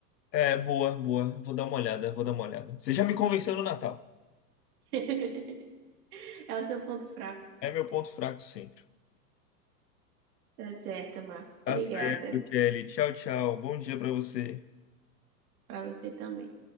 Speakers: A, on the left; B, on the right.
A: É, boa, boa. Vou dar uma olhada, vou dar uma olhada. Você já me convenceu no Natal.
B: <laughs> É o seu ponto fraco.
A: É meu ponto fraco sempre.
B: Tá certo, Marcos. Obrigada.
A: Tá certo, Kelly. Tchau, tchau. Bom dia pra você.
B: Para você também.